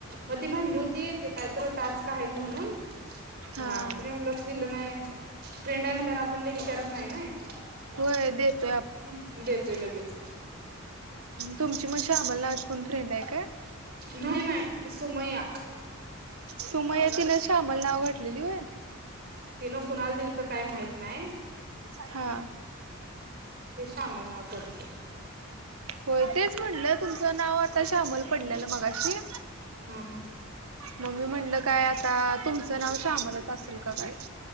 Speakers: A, on the right; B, on the right.
A: म ती म्हणली होती ते काय तर टास्क आहेत म्हणून.
B: हा
A: मग आम्ही पण एवढ लक्ष दिल नाही फ्रेंड आहे म्हणल्यावर आपण लई विचारत नाही. हे नाही
B: होय देतोय
A: आपण देतोय लगेच.
B: तुमची म श्यामल नावाची कोण फ्रेंड आहे? काय?
A: नाही नाही सुमय्या
B: सुमया तिने श्यामल नाव घातलेली होय.
A: तिनं कुनाला दिलत काय माहित नाय.
B: हा.
A: ते शामल नाव पडतय.
B: होय तेच म्हणलं तुमचं नाव आता श्यामल पडलेलं मगाशी.
A: हा हा
B: म मी म्हणलं काय आता तुमचं नाव श्यामलच असेल का काय